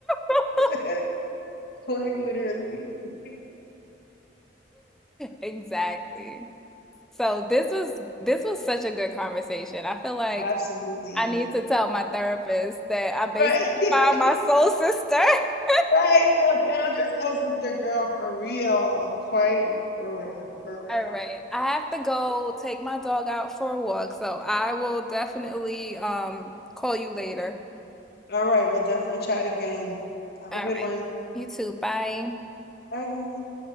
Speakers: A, in the centre; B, on the left.
A: <laughs>
B: <laughs> Quite literally. <laughs>
A: Exactly. So this was this was such a good conversation. I feel like
B: Absolutely.
A: I need to tell my therapist that I basically
B: Right.
A: found
B: <laughs>
A: my soul sister. <laughs>
B: Right. You know, found your soul sister girl for real. Quite for real. For real,
A: All
B: for
A: right.
B: real.
A: I have to go take my dog out for a walk, so I will definitely um call you later.
B: All right, we'll definitely chat again. Have
A: All
B: a good
A: right.
B: one.
A: You too. Bye.
B: Bye.